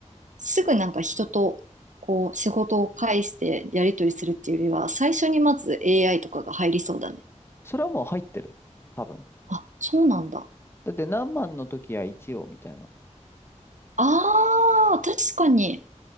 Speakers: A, on the right; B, on the left.
A: すぐなんか人と、こう、仕事を介してやり取りするっていうよりは、最初にまず AI とかが入りそうだね。
B: それはもう入ってる。多分。
A: あ、そうなんだ。
B: だって何万の時は一応みたいな。
A: ああ、確かに。